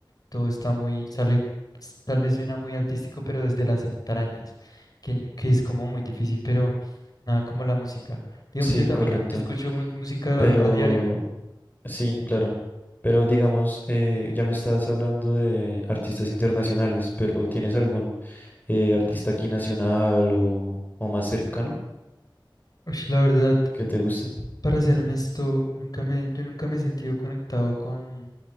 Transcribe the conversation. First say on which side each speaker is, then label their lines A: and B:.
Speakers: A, on the left; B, on the left.
A: Todo está muy, sale, s- tal vez suena muy artístico, pero desde las entrañas, que, que es como muy difícil, pero nada como la música. Digamos,
B: Sí,
A: yo también
B: correcto.
A: escucho mu- música
B: Pero
A: a, a diario.
B: Sí, claro. Pero digamos, eh, ya me estás hablando de artistas internacionales, pero ¿tienes algún eh, artista aquí nacional o, o más cercano
A: Ush, la verdad,
B: que te guste?
A: Para ser honesto, nunca me, yo nunca me he sentido conectado con,